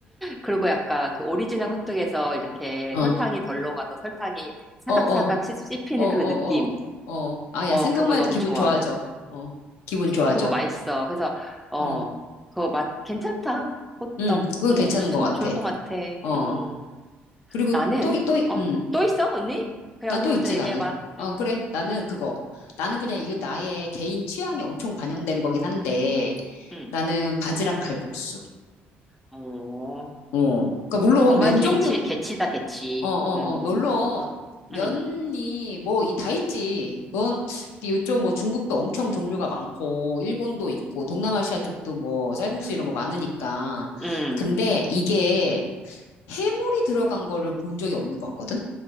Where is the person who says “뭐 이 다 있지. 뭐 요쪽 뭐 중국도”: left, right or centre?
Left